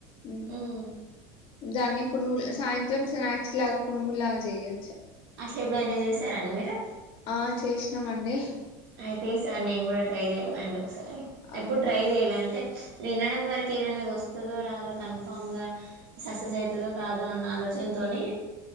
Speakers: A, on the left; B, on the right.
A: ఉ
B: ఉమ్
A: దాన్ని పునుగులు సాయంత్రం స్నాక్స్ లాగా పునుగుల్లాగా జేయో
B: అట్ల ఎబ్బుడైనా జేసారండి మీరు
A: ఆ చేషినామండి
B: అయితే ఈ సారీ నేన్ గూడా ట్రై జేయ్యాలండో ఒకసారి
A: అవునా
B: ఎప్పుడు ట్రై జెయ్యల అంటే వినడం వరకే గని అది వస్తుందో రాదో కన్ఫామ్ గా సక్సెస్ అయితదో కాదు అన్న ఆలోచనతోని